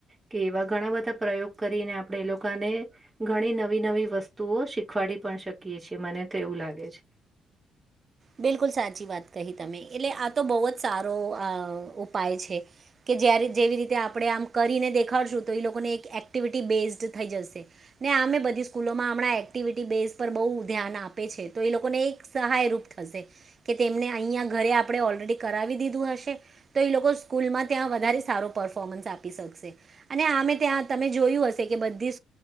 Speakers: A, on the right (about 15°); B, on the right (about 40°).
A: કે એવા ઘણા બધા પ્રયોગ કરીને આપણે એ લોકોને ઘણી ન વી નવી વસ્તુઓ શીખવાડી પણ શકીએ છીએ મને તો એવું લાગે છે.
B: બિલકુલ સાચી વાત કહી તમે એટલે આ તો બહુ જ સારો આ ઉપાય છે. કે જ્યારે જેવી રીતે આપણે આમ કરીને દેખાડશું તો એ લોકોને એક એક્ટિવિટી બેઝડ થઈ જશે. ને આમે બધી સ્કૂલોમાં હમણાં એક્ટિવિટી બેઝ પર બહુ ધ્યાન આપે છે, તો એ લોકોને એક સહાય રૂપ થશે કે તેમને અહીયાં ઘરે આપણે ઓલરેડી કરાવી દીધું હશે તો એ લોકો સ્કૂલમાં ત્યાં. વધ સારો પરફોમન્સ આપી શકશે અને આમે ત્યાં તમે જોયું હશે કે બધી.